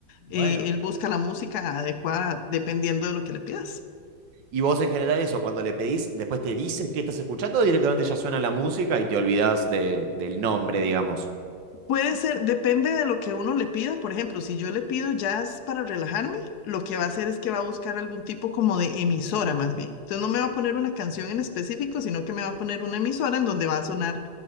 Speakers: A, on the right; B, on the left.
A: Bueno.
B: eh, él busca la música adecuada dependiendo de lo que le pidas.
A: Y vos en general eso, cuando le pedís, después te dice qué estás escuchando, o directamente ya suena la música y te olvidás de- del nombre, digamos.
B: Puede ser, depende de lo que uno le pida. Por ejemplo, si yo le pido jazz para relajarme, lo que va a hacer es que va a buscar algún tipo como de emisora más bien. Entonces no me va a poner una canción en específico, sino que me va a poner una emisora en donde va a sonar